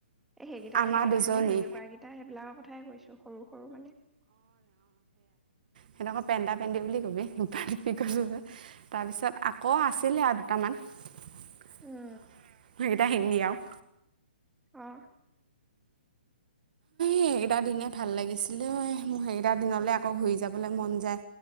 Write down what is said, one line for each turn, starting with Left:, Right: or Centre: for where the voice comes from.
Centre: এ সেইকেইটাৰ
Right: আমাৰ
Centre: কথাই
Right: দুজনী
Centre: মানে সেনেকুৱা কেইটা সেইবিলাকৰ কথাই কৈছো সৰু সৰু মানে <inaudible>
Right: সিহঁতঘৰ পেণ্টা পেটি বুলি কবি, নিবি নিবি কৈছ যে তাৰপিছত আকৌ আছিলে আৰু দুটামান সেইকেইটা
Centre: উম
Right: হিন্দী আও
Centre: অ <inaudible>
Right: সেইগেটা দিনে ভাল লাগিছিলে ঐ মো সেইগেইটা দিনলে আকৌ ঘূৰি যাবলৈ মন যায়